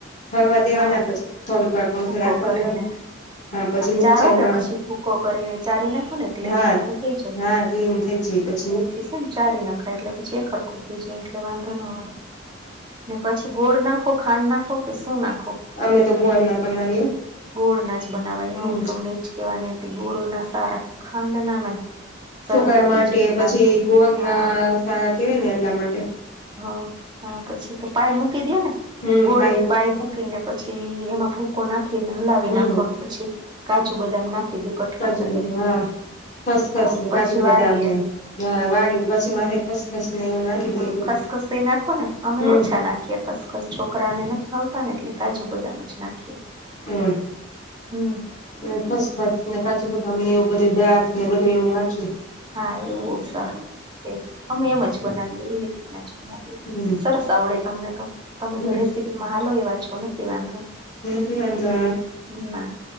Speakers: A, on the left; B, on the right.
A: ઠરવા દેવાના
B: હા
A: પછી થોરીક પંખે
B: ભૂકો
A: રાખવા
B: કરીને
A: દેવાનું હા પછી મીકચર
B: ચારો કે
A: મા
B: પછી ભૂકો કરીને ચારી નાખો ને એટલે
A: હા
B: એક હરખું થઈ
A: હા <unintelligible> ચે પછીની
B: હેન ચારી નખાય એટલે પછી એકહરખું થઈ જાય એટલે વાંધો નો આવે ને પછી ગોળ નાખો ખાંડ નાખો કે શું નાખો
A: અમે તો ગોળ ના બનાવીએ
B: ગોળ ના જ બનાવાય
A: હમ
B: હા હું તમને ઇચ કેવાની હતી ગોળો ના સારા ખાંડ ના નય શરદી
A: ચોકરા
B: થઈ
A: માટે
B: જાય ખાંડ
A: પછી
B: થી
A: ગોળ
B: હા
A: ના સારા કેવાય ને એટલા માટે
B: હં હ પછી તો પાય મૂકી દયો ને
A: હમ
B: ગોળની
A: પાઈ
B: પાાય મુ કિને પછી એમાં ભૂકો નાખીને હલાવી
A: હમ
B: નાખવાનું પછી કાજુ બદામ નાખી દયો કટકી
A: કાજું
B: કરીને
A: <unintelligible> હા ખસ ખસ
B: હા
A: ને
B: પછી
A: કાજું
B: વારી
A: બદામને
B: લ્યો
A: હા વાળી પછી માહે ખસ ખસ ને.
B: હ,
A: દઈએ બધું
B: ખસખસ નાખો ને, અમે
A: હમ
B: ઓછા નાખીયે ખસખસ. છોકરાને નત ભાવતા ને, એટલે કાજુ-બદામ જ નાખીએ.
A: અંહ.
B: હમ
A: ને ખસ ખસ ને, કાજું-બદામ એવું બધું દ્રાક્ષ ને, બધું એવું નાખ્યે.
B: હા, એવું બોવ સારું એ અમે ચ બનાવીએ, એવી રીતના બનાવીએ
A: હમ
B: સરસ. તાવડે તમને તો તમે
A: હમ
B: તો રેસીપી માં હાલો એવા છો નથી વાંધો.
A: નથી વાંધો.
B: ન્ના